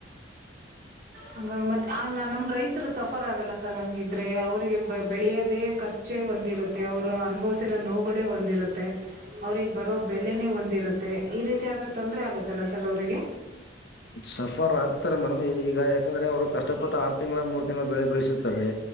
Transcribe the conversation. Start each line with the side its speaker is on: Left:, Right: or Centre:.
Right: ಹಂಗಾಗ್ ಮತ್ತೆ ನಮ್ ರೈತರು ಸಫರ್ ಆಗಲ್ಲ ಸರ್ ಹಂಗಿದ್ರೆ ಅವರಿಗೆ ಬೆಳೆಯದೇ ಖರ್ಚೆ ಒಂದಿರುತ್ತೆ ಅವರು ಅನುಬೊಸ್ ನೋವುಗಳೇ ಒಂದಿರುತ್ತೆ ಅವ್ರಿಗ್ ಬರೋ ಬೆಲೆನೇ ಒಂದ್ ಇರುತ್ತೆ ಈ ರೀತಿ ಆದ್ರೂ ತೊಂದರೆ ಆಗುತ್ತಲ್ಲ ಸರ್ ಅವರಿಗೆ.
Left: <unintelligible> ಸಫರ್ ಆಗ್ತಾರೆ ಮೇಡಮ್ ಈಗ ಯಾಕಂದ್ರೆ ಅವ್ರು ಕಷ್ಟಪಟ್ಟು ಆರ್ ತಿಂಗಳ ಮೂರ್ ತಿಂಗ್ಳ ಬೆಳೆ ಬೆಳೆಸಿರುತ್ತಾರೆ.